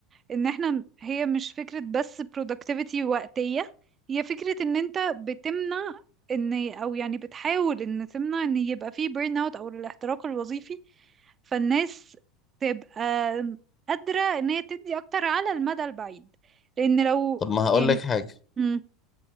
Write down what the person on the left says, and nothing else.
طب ما هقول
لك حاجه